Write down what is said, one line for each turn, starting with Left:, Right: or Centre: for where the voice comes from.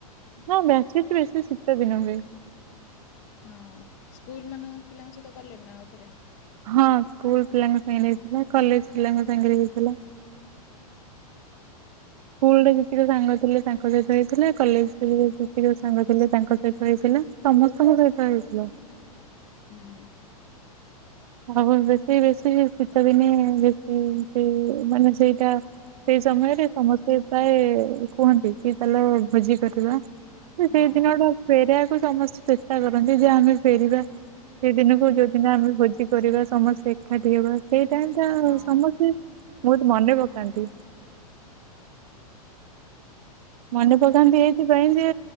Right: ହଁ ବ୍ୟାଚଫିଷ୍ଟ ବେଶିଶୀତ ଦିନେ ହୁଏ।
Left: ହଁ ସ୍କୁଲ ମାନଙ୍କ ପିଲାଙ୍କ ସହିତ କଲେଣି ନା ଆଉ ଥରେ?
Right: ହଁ ସ୍କୁଲ ପିଲାଙ୍କ ସାଙ୍ଗରେ ହେଇଥିଲା କଲେଜ ପିଲାଙ୍କ ସାଙ୍ଗରେ ହେଇଥିଲା। ସ୍କୁଲ ରେ ଯେତିକି ସାଙ୍ଗ ଥିଲେ ତାଙ୍କ ସହିତ ହେଇଥିଲା। କଲେଜ ଯେତିକ ସାଙ୍ଗ ଥିଲେ ତାଙ୍କ ସହିତ ହେଇଥିଲା। ସମସ୍ତଙ୍କ ସହିତ ହେଇଥିଲା।
Left: ହୁଁ।
Right: ହଉ ବେଶି ବେଶି ଶୀତ ଦିନେ ବେଶି ସେ ମାନେ ସେଇଟା ସେଇ ସମୟରେ ସମସ୍ତେ ପ୍ରାୟ କୁହନ୍ତି କି ଚାଲ ଭୋଜି କରିବା। ସେ ସେଇ
Left: ହଁ
Right: ଦିନୋ ଗୁଡା ଫେରିବାକୁ ସମସ୍ତେ ଚେଷ୍ଟା କରନ୍ତି ଯେ ଆମେ ଫେରିବା ସେଦିନକୁ ଯୋଉଦିନ ଆମେ ଭୋଜି କରିବା ସମସ୍ତେ ଏକାଠି ହେବା ସେଇଟାଇମି ଟା
Left: ହଁ
Right: ସମସ୍ତେ ବହୁତ ମନେ ପକାନ୍ତି। ମନେ ପକାନ୍ତି ଏଇଥିପାଇଁ ଯେ